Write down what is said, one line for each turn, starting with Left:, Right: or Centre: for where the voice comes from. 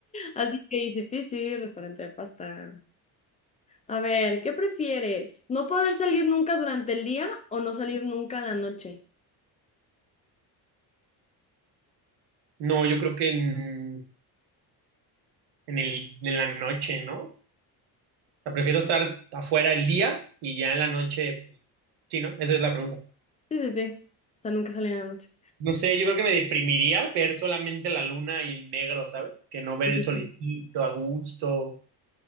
Left: Así que easy peasy, restaurante de pasta. A ver, ¿qué prefieres? ¿No poder salir nunca durante el día o no salir nunca en la noche?
Right: No, yo creo que en, en el, en la noche, ¿no? O sea, prefiero estar afuera el día y ya en la noche, pues, sí, ¿no? Esa es la pregunta.
Left: Sí, sí, sí. O sea, nunca salir en la noche.
Right: No sé, yo creo que me deprimiría ver solamente la luna y el negro, ¿sabes? Que no
Left: Sí,
Right: ver el solecito a gusto.